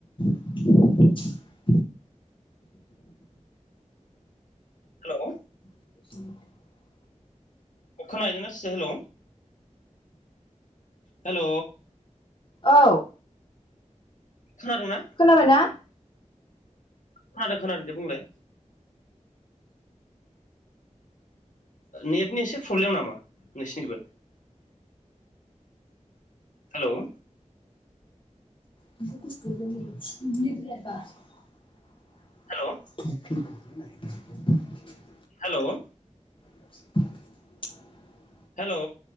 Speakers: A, on the left (about 40°); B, on the left (about 80°).
A: <unintelligible>
B: हेल'
A: <inaudible>
B: खोना हैदोंना हेल'। हेल'
A: औ
B: खोनादोंना
A: खोनाबायना?
B: खोनादों खोनादों दे बुंलाय नेटनि एसे प्रब्लेम नामा नोंसिनिबो? हेल'
A: <unintelligible>
B: हेलौ
A: <unintelligible>
B: हेल'
A: <inaudible>
B: हेल'